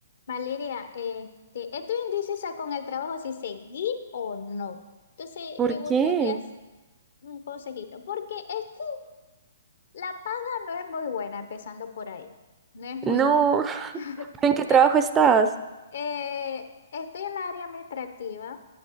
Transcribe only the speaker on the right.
¿Por
qué?
No,
<laughs>
¿pero en qué trabajo
estás?